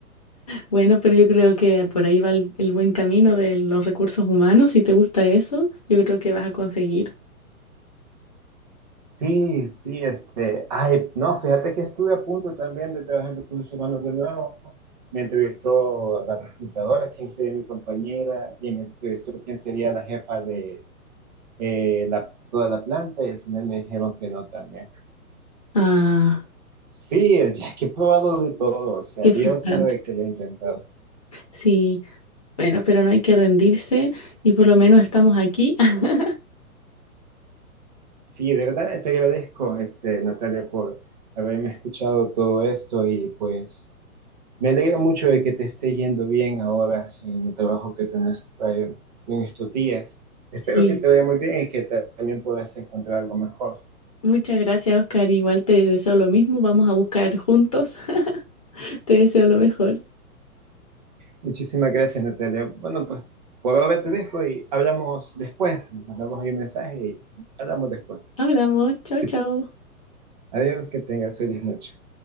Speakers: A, on the left (about 25°); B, on the right (about 30°).
A: Bueno, pero yo creo que por ahí va el, el buen camino de los recursos humanos. Si te gusta eso, yo creo que vas a conseguir.
B: Sí, sí, este, ay, no, fíjate que estuve a punto también de trabajar en recursos humanos de nuevo. Me entrevistó la reclutadora, quién sería mi compañera, y me entrevistó quién sería la jefa de, eh, la, toda la planta y al final me dijeron que no también.
A: Ah,
B: Sí, eh, ya que he probado de todo, o sea,
A: qué
B: Dios
A: frustrante.
B: sabe que lo he intentado.
A: Sí, bueno, pero no hay que rendirse y por lo menos estamos aquí. <laughs>
B: Sí, de verdad te agradezco, este, Natalia, por haberme escuchado todo esto y pues me alegra mucho de que te esté yendo bien ahora en el trabajo que tenés eh, en estos días. Espero
A: Sí,
B: que te vaya muy bien y que ta- también puedas encontrar algo mejor.
A: muchas gracias, Oscar. Igual te deseo lo mismo. Vamos a buscar juntos. <laughs> Te deseo lo mejor.
B: Muchísimas gracias, Natalia. Bueno, pues por ahora te dejo y hablamos después. Nos mandamos ahí un mensaje y hablamos después.
A: Hablamos. Chao,
B: Que-
A: chao.
B: Adiós, que tengas feliz noche.